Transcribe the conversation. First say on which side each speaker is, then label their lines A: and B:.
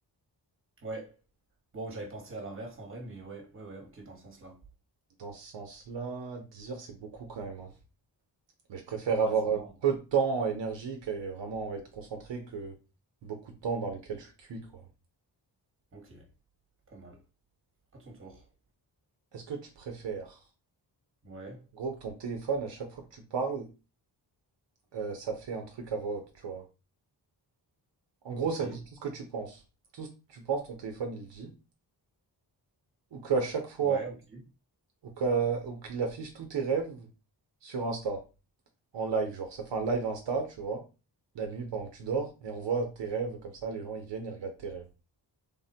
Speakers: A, on the right; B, on the right.
A: Ouais. Bon, j'avais pensé à l'inverse en vrai, mais ouais, ouais, ouais, ok, dans ce sens-là.
B: Dans ce sens-là, 10 heures c'est beaucoup quand même. hein. Mais je préfère avoir
A: Ouais, c'est énorme.
B: euh, peu de temps énergique et vraiment être concentré que beaucoup de temps dans lesquels je suis cuit, quoi.
A: Ok, pas mal. À ton tour.
B: Est-ce que tu préfères,
A: Ouais,
B: en gros, que ton téléphone, à chaque fois que tu parles, euh, ça fait un truc à voix haute, tu vois? En gros,
A: ok.
B: ça dit tout ce que tu penses. Tout ce que tu penses, ton téléphone, il le dit. Ou qu'à chaque fois,
A: Ouais, ok.
B: ou qu'à- ou qu'il affiche tous tes rêves sur Insta. en live, genre, ça fait un live Insta, tu vois, la nuit pendant que tu dors, et on voit tes rêves, comme ça, les gens, ils viennent, ils regardent tes rêves.